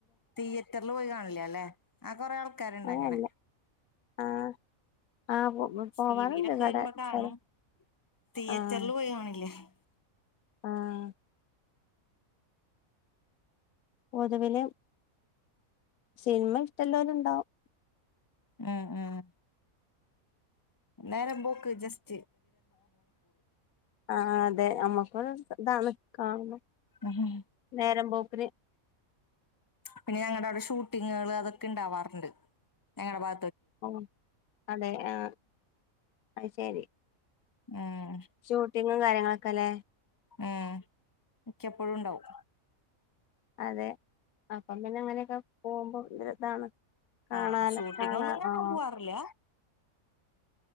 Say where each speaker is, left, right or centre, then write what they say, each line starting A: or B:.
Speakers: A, on the left (about 15°); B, on the left (about 80°).
A: തിയേറ്ററിൽ പോയി കാണില്ല അല്ലെ ആ കൊറെ ആൾ ക്കര്ണ്ടങ്ങനെ
B: അങ്ങനല്ല ആഹ് ആഹ് പോവാറുണ്ട്
A: ടി വിയിലൊക്കെ
B: ഇവിടെ
A: വരുമ്പോ കാണും
B: സ്ഥലം
A: തിയേറ്ററിൽ
B: ആഹ്
A: പോയി കാണില്ല <inaudible>
B: ആഹ് പൊതുവില് സിനിമ ഇഷ്ടല്ലോലു ഇണ്ടാവും
A: ഉം ഉം നേരം പോക്ക് ജസ്
B: ആഹ് അതെ അമ്മക്കൊര് ഇതാണ് കാണുന്നു
A: ഉം
B: നേരം പോക് ത്തിന്
A: പിന്നെ ഞങ്ങട ഔടെ ഷൂട്ട് കുട്ടിങ്ങുകൾ അതൊക്കെ ഉണ്ടാവാറുണ്ട് എങ്ങന പാ
B: ആഹ് അതെ ആ അയ്ശരി
A: ഉം
B: ഷൂട്ടിങ്ങും കാര്യങ്ങളും ആക്കല്ലേ
A: ഉം എനിക്ക് എപ്പോഴും ഉണ്ടാവും
B: അതെ അപ്പം പിന്നെ അങ്ങനെയൊക്കെ പോകുമ്പോം അതൊരു ഇതാണ് കാണാലോ
A: ആഹ് ഷൂട്ടിംഗ്
B: കാണാ
A: ഒന്നും കാണാൻ
B: ആഹ്
A: പോവാറില്ല